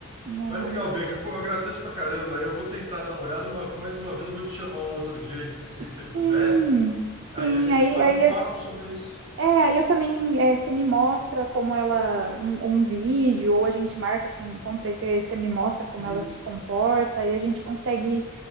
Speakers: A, on the right; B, on the right.
A: Ah,
B: Mas legal, Bianca. Pô, eu agradeço pra caramba. Aí Eu vou tentar dar uma olhada. Uma, mais uma vez, eu vou te chamar um outro dia, aí, se, se
A: sim,
B: você puder.
A: sim.
B: Aí a gente
A: Aí,
B: bate
A: aí
B: um papo sobre isso.
A: É, aí eu também, é, você me mostra como ela, um, um vídeo, ou a gente marca assim, um encontro, aí você, você me mostra como
B: Isso.
A: ela se comporta, e a gente consegue